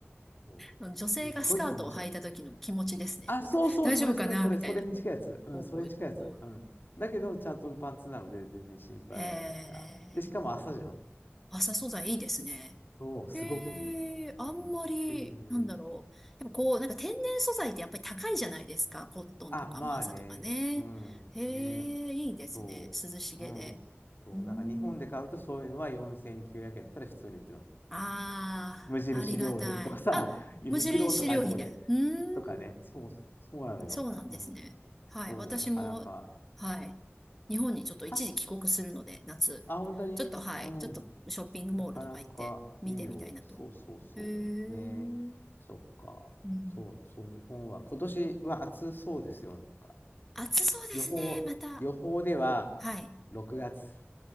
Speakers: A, on the left; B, in the centre.
A: そ
B: 女性がスカートを履いた時の気持ちですね。
A: うすっごい気持ちよかった。あ、
B: こう大丈夫かなみたいな、
A: そうそう、それそれそれ、それに近いやつ。
B: こう、
A: うん、
B: こう、
A: それに近いやつ。
B: こう、こう。
A: うん。だけど、ちゃんとパンツなので全然心配ないみたいな。
B: へえ、
A: で、しかも朝じゃん。
B: 麻素材いいですね。
A: そう、
B: へえ、
A: すごくいい。
B: あんまり、
A: うん。っていう。
B: なんだろう。やっぱこう、なんか天然素材ってやっぱり高いじゃないですか。コットンとかも麻とかね。
A: あ、まあね。うん。
B: へえ、
A: ね。
B: いいですね。
A: そう。
B: 涼しげで。
A: うん。そう。
B: うーん。
A: だから日本で買うとそういうのは4900円とかで普通に売ってるわけ。
B: ああ、
A: 無印良品とかさ、
B: ありがたい。あ、
A: ユニクロとかああいうとこで。
B: 無印良品で。うー
A: とかね。
B: ん。
A: そうそう。そうなのよ。
B: そうなんですね。
A: うん。
B: はい。
A: そう、
B: 私も、
A: なかなか。
B: はい。日本にちょっと一時帰国するので、
A: 確
B: 夏。
A: あ、本当にうん。
B: ちょっと、はい。ちょっとショッピングモールとか行って見てみたいなと。
A: なかなかいいよ。そうそうそう。
B: へえ。
A: ねえそっか。
B: うん。
A: そうそう、日本は。今年は暑そうですよ、なんか。
B: 暑そうですね、
A: 予報、
B: また。
A: 予報では
B: はい。
A: 6月。